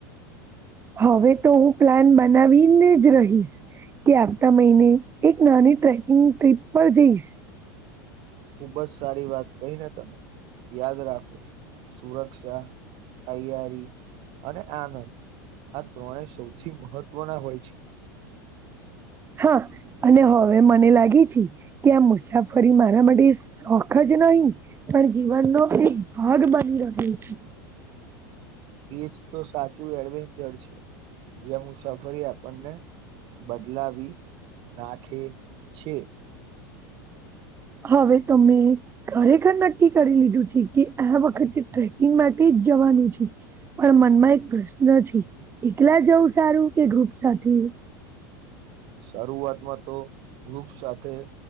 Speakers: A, on the right; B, on the right.
A: હવે તો હું પ્લાન બનાવીને જ રહીશ કે આવતા મહિને એક નાની ટ્રેકિંગ ટ્રીપ પર જઈશ
B: ખુબ જ સારી વાત કહી ને તમે યાદ રાખો સુરક્ષા તૈયારી અને આનંદ આ ત્રણે સૌથી મહત્વના હોય છે.
A: હા, અને હવે મને લાગે છે. કે આ મુસાફરી મારા માટે સોખ જ નહી પણ જીવનનો એક ભાગ બની રહ્યો છે.
B: એજ તો સાચું એડવેન્ચર છે જ્યાં મુસાફરી આપ આપને બદલાવી નાખે છે.
A: હવે તમે ખરેખર નક્કી કરી લીધું છે કે આ વખતે ટ્રેકિંગ માટે જ જવાનું છે, પણ મનમાં એક પ્રશ્ન છે એકલા જવું સારું કે ગ્રુપ સાથે
B: શારુઆતમાં તો ગ્રુપ સાથે